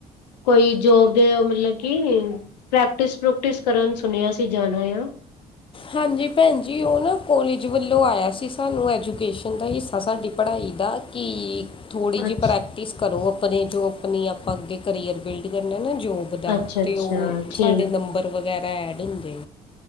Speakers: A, on the left; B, on the left.
A: ਕੋਈ ਯੋਬ ਦੇ ਮਤਲਬ ਕਿ ਪ੍ਰੈਕਟਿਸ ਪ੍ਰੂਕਟਿਸ ਕਰਨ ਸੁਨੇਆ ਸੀ ਜਾਨਾ ਆ।
B: ਹਾਂਜੀ ਭੈਣ ਜੀ ਓ ਨਾ ਕੋਲਜ ਵੱਲੋਂ ਆਇਆ ਸੀ ਸਾਨੂੰ ਐਜੂਕੇਸ਼ਨ ਦਾ ਹਿੱਸਾ ਸਾਡੀ ਪੜ੍ਹਾਈ ਦਾ। ਕਿ ਥੋੜ੍ਹੀ
A: ਅੱਛ
B: ਜੀ ਪ੍ਰੈਕਟਿਸ ਕਰੋ ਅਪਨੇ ਜੋ ਆਪਨੀ ਆਪਾਂ ਅੱਗੇ ਕਰੀਅਰ ਬਿਲਡ ਕਰਨਾ ਨਾ ਜੋਬ, ਬ ਦਾ
A: ਅੱਛਾ ਅੱਛਾ
B: ਤੇ ਓ
A: ਠੀਕ
B: ਸਾਡੇ ਨੰਬਰ ਵਗੈਰਾ ਐਡ ਹੁੰਦੇ।